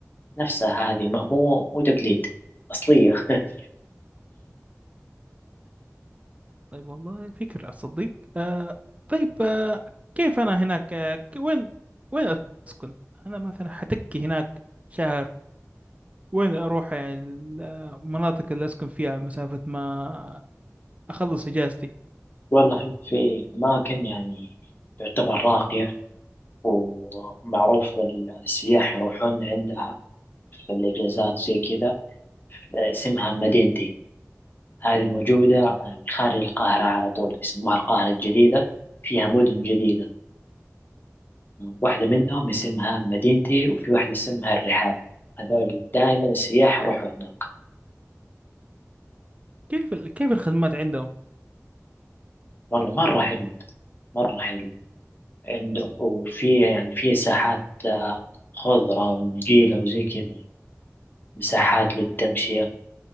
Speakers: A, on the left; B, on the right.
A: نفسها هذه ما- مو مو تقليد أصلية <laughs>
B: طيب والله فكر أصدق آه طيب آه كيف أنا هناك آه ك- وين وين أسكن أنا مثلا حتكي هناك شهر وين أروح يعني ال- آه، المناطق اللي أسكن فيها مسافة ما أخلص إجازتي
A: والله في أماكن يعني تعتبر راقية ومعروف السياح يروحون عندها في الإجازات زي كذا اسمها مدينتي هذه موجودة آه، خارج القاهرة على طول يسموها القاهرة الجديدة فيها مدن جديدة واحدة منهم اسمها مدينتي وفي واحدة اسمها الرحاب هذول دائما السياح يروحوا هناك
B: كيف ال- كيف الخدمات عندهم
A: والله مرة حلو مرة حلو عند- وفي يعني في ساحات آه، خضرة ونجيلة وزي كذا مساحات للتمشية